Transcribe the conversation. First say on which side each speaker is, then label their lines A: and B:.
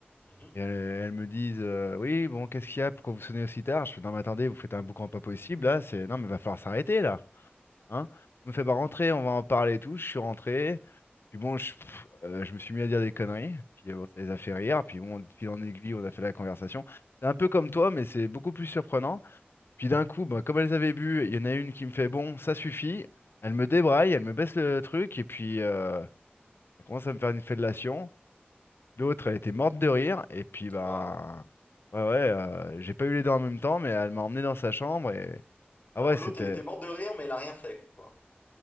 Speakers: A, on the left; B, on the left.
A: Mhm.
B: Et elles, elles me disent euh, Oui, bon, qu'est-ce qu'il y a? Pourquoi vous sonnez aussi tard? Je fais Non, mais attendez, vous faites un boucan pas possible, là. C'est... Non, mais va falloir s'arrêter, là. hein. Il me fait bah rentrer, on va en parler et tout. Je suis rentré. Puis bon, je, pff, euh, je me suis mis à dire des conneries. Puis euh, bon, ça les a fait rire. Puis bon, de fil en aiguille, on a fait la conversation. C'est un peu comme toi, mais c'est beaucoup plus surprenant. Puis d'un coup, bah, comme elles avaient bu, il y en a une qui me fait bon, ça suffit. Elle me débraille, elle me baisse le truc. Et puis euh, elle commence à me faire une fellation. L'autre, elle était morte de rire. Et puis bah
A: Waouh.
B: ouais ouais, euh, j'ai pas eu les deux en même temps, mais elle m'a emmené dans sa chambre et ah
A: Alors,
B: ouais,
A: l'autre,
B: c'était
A: elle était morte de rire, mais elle a rien fait, quoi.